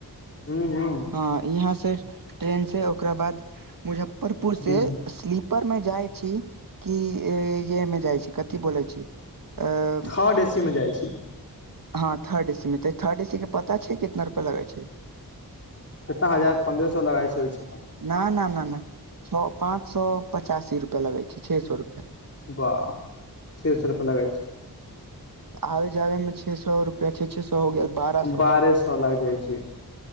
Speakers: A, on the left; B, on the right.
A: हूँ हूँ
B: हाँ इहाँ से ट्रेन से ओकरा बाद मुजफ्फरपुर से
A: हूँ
B: स्लीपरमे जाइ छी कि य-अमे जाइ छी कथि बोलै छी अ-
A: थर्ड एसीमे जाइ छी
B: हाँ थर्ड ए सीमे तऽ थर्ड ए सी के पता छै कितना रुपआ लगे छै
A: कितना हजार पन्द्रह सौ लगा छै होइ छी
B: ना ना ना ना छ पाँच सए पचासी रुपआ लगै छै छए सए रुपआ
A: वाह छे सए रुपआ लगाए छै
B: तऽ आबे जाबेमे छओ सए रुपैआ छओ छओ सए हो गेल बारह सौ
A: बारहे सए लागै छै